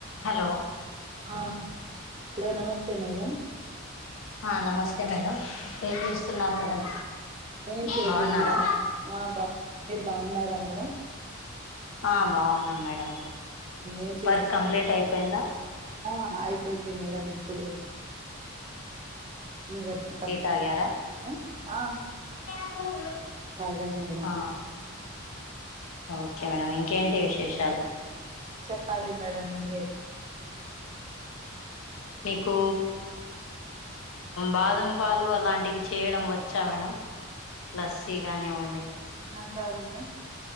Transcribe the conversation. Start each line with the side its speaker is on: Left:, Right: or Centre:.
Left: Hello
Right: ఆ hello నమస్తే madam
Left: ఆ నమస్తే మేడం ఏం చేస్తున్నారు మేడం
Right: ఏం చేయలేదు
Left: బాగున్నారా
Right: ఆ బా మీరు బాగున్నారా మేడం
Left: ఆ బావున్నాం మేడం
Right: ఏం చేస్త
Left: వర్క్ కంప్లీట్ అయిపోయిందా
Right: ఆ అయిపోయింది మేడం ఇప్పుడే మీ వర్క్
Left: టీ
Right: కంప్లీట్
Left: తాగారా
Right: అయ్యిందా ఆ
Left: <unintelligible>
Right: తజ మేడమ్
Left: ఆ ఓకే మేడం ఇంకేంటి విశేషాలు
Right: చెప్పాలి మేడం మీరే
Left: మీకు బాదం పాలు అలాంటివి చేయడం వచ్చా మేడం లస్సీ కానివ్వండి
Right: కాద్ మేడం